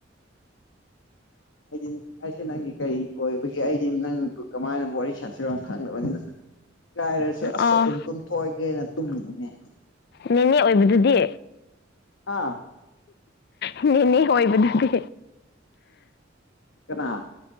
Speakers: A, on the left; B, on the left.
A: ꯑꯩꯗꯤ ꯑꯩꯁꯦ ꯅꯪꯒꯤ ꯀꯔꯤ ꯑꯣꯏꯕꯒꯤ ꯑꯩꯗꯤ ꯅꯪꯕꯨ ꯀꯃꯥꯏꯅ ꯋꯥꯔꯤ ꯁꯥꯁꯤꯔꯣ ꯈꯡꯗꯕꯅꯤꯅ ꯏꯀꯥꯏꯔꯁꯨ ꯑꯁ
B: ꯑꯥ
A: ꯑꯗꯨꯝ ꯇꯨꯝꯊꯣꯛꯑꯒꯦꯅ ꯇꯨꯝꯃꯨꯕꯅꯦ
B: ꯅꯦꯅꯦ ꯑꯣꯏꯕꯗꯨꯗꯤ
A: ꯑꯥ
B: ꯅꯦ ꯅꯦ ꯑꯣꯏꯕꯗꯨꯗꯤ
A: ꯀꯅꯥ